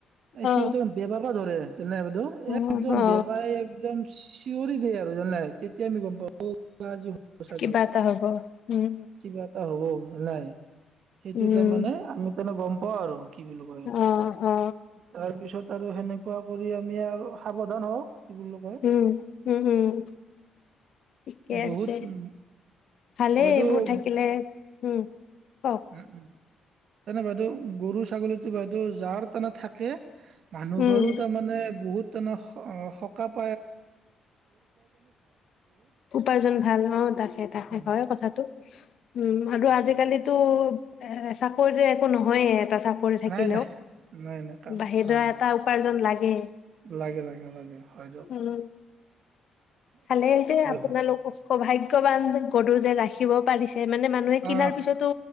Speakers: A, on the right (about 65°); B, on the left (about 60°).
A: সিহঁতে
B: অ
A: বেবাব ধৰে। জানে বাইদউ
B: অ
A: একদম
B: অ
A: বেবাই একদম চিঞৰি দিয়ে আৰু জানে? তেতিয়া আমি গম পাওঁ অ কিবা আজি হব চাগে,
B: কিবা এটা হ'ব উম
A: কিবা এটা হব। <unintelligible> সেইটো
B: উম
A: তে মানে আমি তেনে গম পাও আৰু। বুলি কয়,
B: অ অ
A: তাৰপিছত আৰু সেনেকে কিবা কৰি আমি আৰু সাৱধান হওঁ। কি বুলি কয়
B: উম উম উম। ঠিকে
A: বহুত
B: আছে
A: উম,
B: ভালেই
A: বাইদেউ
B: এইবোৰ থাকিলে উম। কওক
A: উম উম। তেনে বাইদেউ গৰু ছাগলীতো বাইদেউ জাৰ তানে থাকে মানুহ
B: উম
A: ঘৰো তাৰমানে বহুত। টোনো সকাপ।
B: উপাৰ্জন ভাল অ তাকে তাকে
A: উম,
B: হয় কথাটো উম আৰু
A: হয়
B: আজিকালিতো।
A: দিয়ক।
B: এ চাকৰিতো একো নহয়ে এটা। চাকৰি থাকিলেও
A: নাই নাই নাই নাই কাম
B: বাহিডৰা
A: অ'
B: এটা উপাৰ্জন লাগে।
A: লাগে লাগে লাগে হয় দিয়ক।
B: উম। ভালে হৈছে
A: হয়
B: আপোনালোকক।
A: হয়
B: সৌভাগ্যৱান গৰু যে ৰাখিব পাৰিছে। কে মানে মানুহে কিনাৰ
A: অ'
B: পিছতো।